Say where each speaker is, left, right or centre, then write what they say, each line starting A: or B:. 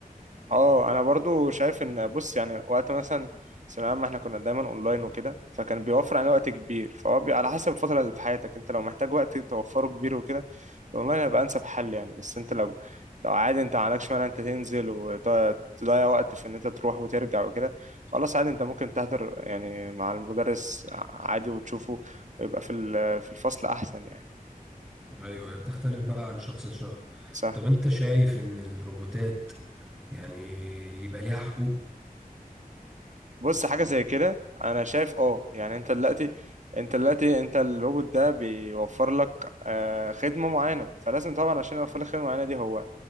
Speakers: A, on the right; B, on the right.
A: اه انا برضو شايف ان بص يعني وقت مثلا ثانوية عامة احنا كنا دايما اونلاين وكده فكان بيوفر علينا وقت كبير فهو بي على حسب الفترة اللي في حياتك انت لو محتاج وقت توفره كبير وكده الاونلاين هيبقى انسب حل يعني بس انت لو لو عادي انت ما عندكش مانع انت تنزل وتضيع وقت في ان انت تروح وترجع وكده خلاص عادي انت ممكن تحضر يعني مع المدرس عادي وتشوفه ويبقى في ال- في الفصل احسن يعني
B: ايوه هي بتختلف بقى عن شخص لشخص
A: سهل
B: طب انت شايف ان الروبوتات يعني يبقى ليها حقوق
A: بص حاجة زي كده أنا شايف أه يعني أنت دلوقتي أنت دلوقتي أنت الروبوت ده بيوفر لك آه، خدمة معينة فلازم طبعا عشان يوفر لك خدمة معينة دي هو